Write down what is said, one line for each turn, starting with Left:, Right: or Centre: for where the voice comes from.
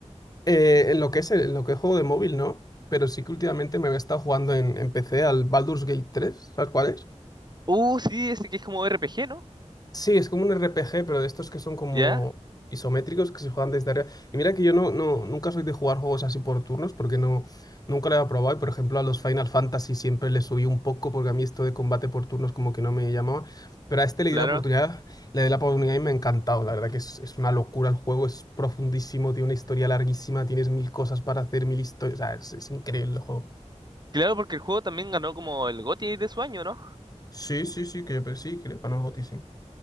Left: Eh, en lo que es el- en lo que es juego de móvil, ¿no? Pero sí que últimamente me había estado jugando en, en PC al Baldur's Gate tres, ¿sabes cuál es?
Right: Uh, sí, ese que es como RPG, ¿no?
Left: Sí, es como un RPG, pero de estos que son como
Right: Ya,
Left: isométricos que se juegan desde arriba. Y mira que yo no, no, nunca soy de jugar juegos así por turnos porque no, nunca lo he probado. Y por ejemplo, a los Final Fantasy siempre le subí un poco porque a mí esto de combate por turnos como que no me llamaba. Pero a este le
Right: claro.
Left: di la oportunidad, le di la oportunidad y me ha encantado. La verdad que es, es una locura el juego, es profundísimo, tiene una historia larguísima, tienes mil cosas para hacer, mil historias. O sea, es, es increíble el juego.
Right: Claro, porque el juego también ganó como el GOTY de su año, ¿no?
Left: Sí, sí, sí, que yo pero sí, que le ganó el GOTY, sí.